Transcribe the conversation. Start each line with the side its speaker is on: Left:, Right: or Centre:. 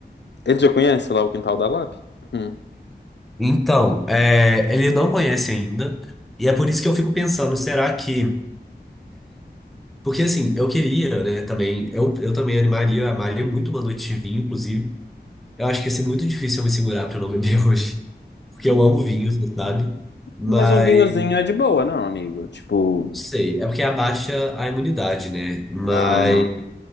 Left: ele já conhece lá o quintal da Lab? Hum.
Centre: Então, é, ele não conhece ainda, e é por isso que eu fico pensando, será que. Porque assim, eu queria, né, também, eu, eu também animaria, amaria muito uma noite de vinho, inclusive. Eu acho que ia ser muito difícil eu me segurar pra eu não beber <laughs> hoje, porque eu amo vinho, você sabe? Mas,
Left: Mas um vinhozinho é de boa, não, amigo? Tipo.
Centre: não sei, é porque abaixa a imunidade, né? Mas,
Left: Ah,